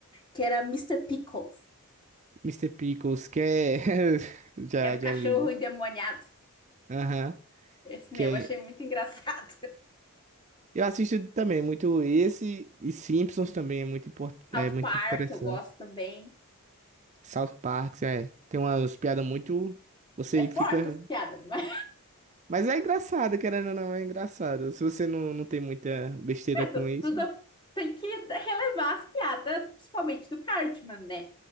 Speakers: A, on the left; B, on the right.
A: que era Mister Pickles.
B: Mister Pickles, que é. <laughs> Já,
A: É do
B: já
A: cachorro
B: vi.
A: endemoniado.
B: Aham.
A: Esse
B: Que
A: mesmo,
B: é...
A: achei muito <laughs> engraçado.
B: Eu assisto também muito esse. E Simpsons também é muito, import...
A: South
B: é muito
A: Park,
B: interessante.
A: eu gosto também.
B: South Park, é. Tem umas piadas muito. Você
A: É forte
B: fica.
A: as piadas, mas
B: Mas é engraçado, querendo ou não, é engraçado. Se você não, não tem muita besteira
A: <laughs>
B: com isso.
A: tudo tem que relevar as piadas, principalmente do Cartman, né?